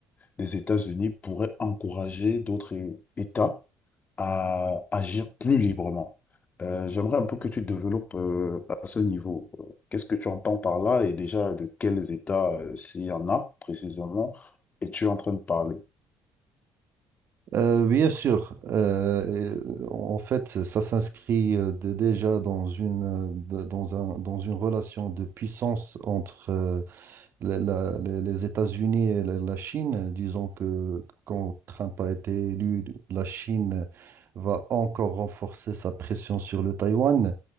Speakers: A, on the left; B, on the right.
A: des États-Unis pourrait encourager d'autres é- États à agir plus librement. Euh, j'aimerais un peu que tu développes euh, à ce niveau. Euh, Qu'est-ce que tu entends par là et déjà de quels États, euh, s'il y en a précisément, es-tu en train de parler?
B: Euh, bien sûr, euh, et, en fait, ça s'inscrit euh, d- déjà dans une, euh, d- dans un, dans une relation de puissance entre euh, la- la- les les États-Unis et la, la Chine. Disons que quand Trump a été élu, la Chine va encore renforcer sa pression sur le Taïwan